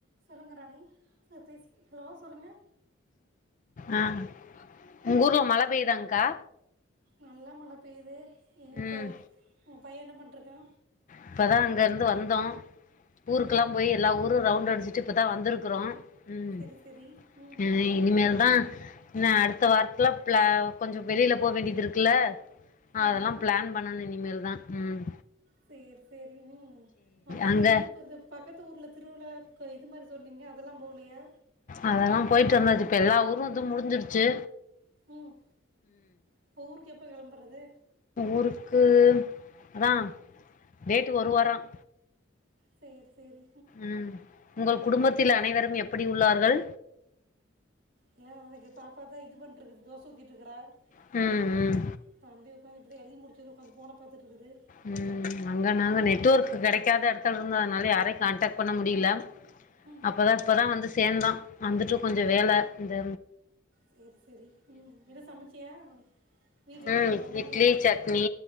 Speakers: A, on the right (about 70°); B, on the left (about 40°).
A: சொல்லுங்க ராணி ம் பேசு ஹலோ சொல்லுங்க
B: ஆ உங்க ஊர்ல மழை பெயுதாங்க்கா
A: நல்லா மழை பெய்யுது இங்கத்த
B: ம்
A: உங்க பையன் என்ன பண்ட்டு ருக்கா
B: இப்பதா அங்க இருந்து வந்தோ ஊருக்கெல்லா
A: ம்
B: போயி எல்லா ஊரும் ரவுண்ட் அடிச்சுட்டு இப்பதா வந்திருக்கறோ ம்
A: சரி சரி ம்
B: எதை இனிமேல்தா என்ன அடுத்த வாரத்துல பிளா கொஞ்சோ வெளியில போக வேண்டியது இருக்குல்ல
A: ஆமாம்
B: அதெல்லா பிளான் பண்ணனு இனிமேல்தா உம்
A: சேர் சேரிங்க அப்றோ என்ன
B: அங்க
A: என்னா இப்ப பக்கத்து ஊர்ல திருவிழா இது மாறி சொன்னீங்க அதெல்லா போலையா
B: அதெல்லா போயிட்டு வந்தாச்சு இப்ப எல்லா ஊரும் இதும் முடிஞ்சிடிச்சு
A: ம் இப்போ ஊருக்கு எப்ப கிளம்பறது
B: ஊருக்கு அத்தா டேட்டு ஒரு வாரம்
A: சேர் சேரி
B: ம் உங்கள் குடும்பத்தில் அனைவரும் எப்பிடி உள்ளார்கள்
A: எல்லா அவளுக்கு பாப்பாதா இது பண் இருக்கு தோச ஊத்திட்டு இருக்கறா
B: ம்
A: உம்
B: ம்
A: தம்பி உக்காந்து இப்ப இப்பதா எழுதி முடிச்சது உக்காந்து ஃபோன பாத்துட்டு இருக்குது
B: ம் அங்க நாங்க நெட்ஒர்க் கிடைக்காத எடத்துல இருந்ததுனால யாரையு கான்டக்ட் பண்ண முடியல
A: ம்
B: அப்பதா இப்பதா வந்து சேந்தோ வந்துட்டு கொஞ்சோ வேல இந்த
A: சேர் சேரி ம் எதோ சமைச்சியா வீட்டில் என்ன
B: அ
A: பண்ணுற அம்மா
B: இட்லி
A: என்ன பண்ணிருக்காங்க
B: சட்னி